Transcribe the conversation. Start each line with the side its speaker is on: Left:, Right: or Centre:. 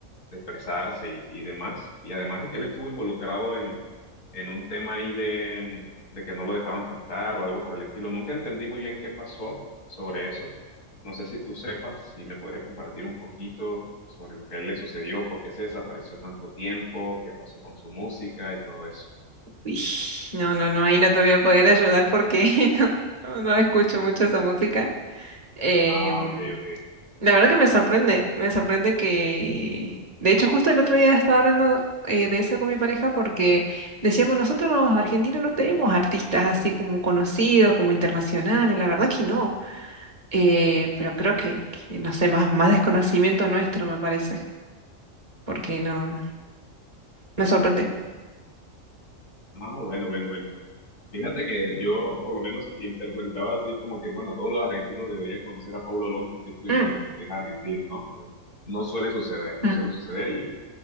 Left: de expresarse y, y demás. Y además de que él estuvo involucrado en, en un tema ahí de, de que no lo dejaban cantar o algo por el estilo. Nunca entendí muy bien qué pasó sobre eso. No sé si tú sepas y me podrías compartir un poquito sobre lo que a él le sucedió, por qué se desapareció tanto tiempo, qué pasó con su música y todo eso.
Right: uy, no, no, no, ahí no te voy a poder ayudar porque <laughs> no, no, no escucho mucho esa música. Em,
Left: Ah, ok, ok.
Right: la verdad que me sorprende, me sorprende que... De hecho, justo el otro día estaba hablando eh, de eso con mi pareja porque decíamos, nosotros los argentinos no tenemos artistas así como conocidos, como internacionales, la verdad que no. Eh, pero creo que, que, no sé, más, más desconocimiento nuestro, me parece, porque no, me sorprende.
Left: Ah, bueno, bueno, bueno. Fíjate que yo por lo menos interpretaba así como que, bueno, todos los argentinos deberían conocer a Paulo Londra simplemente
Right: Mm,
Left: porque es argentino, ¿no? Pero no suele suceder, no
Right: mm,
Left: suele suceder y